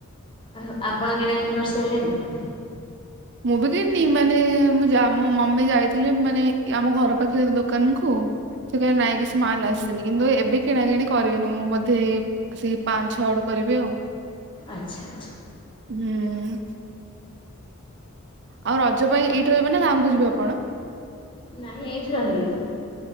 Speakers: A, on the left; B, on the right.
A: ଆ ଆପଣ କିଣାକିଣି କରିସାରିଲେଣି?
B: ମୁଁ ବି କିଣିନି, ମାନେ ମୁଁ ଜା ମୋ ମମି ଯାଇଥିଲେ ମାନେ ଆମ ଘର ପାଖରେ ଦୋକାନ କୁ ସେ କହିଲେ ନାଇଁ କିଛି ମାଲ
A: ହଁ।
B: ଆସିନି। କିନ୍ତୁ ଏବେ କିଣା କିିଣି କରିବେନି ମୁଁ ବୋଧେ, ସେଇ ପାଞ୍ଚ ଛଅ ଆଡୁ କରିବି ଆଉ।
A: ଆଛା ଆଛା।
B: ହୁଁ। ଆଉ ରଜ ପାଇଁ ଏଇଠି ରହିବ ନା, ଗାଁକୁ ଯିବେ ଆପଣ?
A: ନାଇଁ ଏଇଠି ରହିବି।